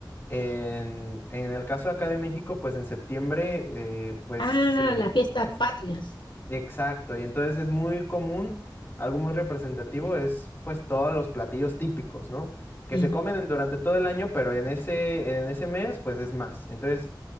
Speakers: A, on the left; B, on the left.
A: en, en el caso acá de México, pues en septiembre, eh, pues
B: Ah,
A: se-
B: las fiestas
A: es-
B: patrias.
A: exacto, y entonces es muy común, algo muy representativo es pues todos los platillos típicos, ¿no? Que
B: Sí,
A: se comen en- durante todo el año, pero en ese, en ese mes, pues es más. Entonces,